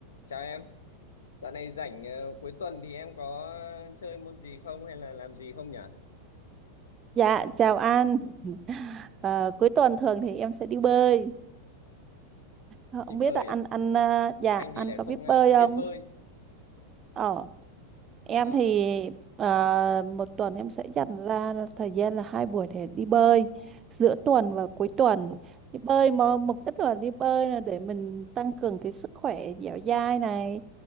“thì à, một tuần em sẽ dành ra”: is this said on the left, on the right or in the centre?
Right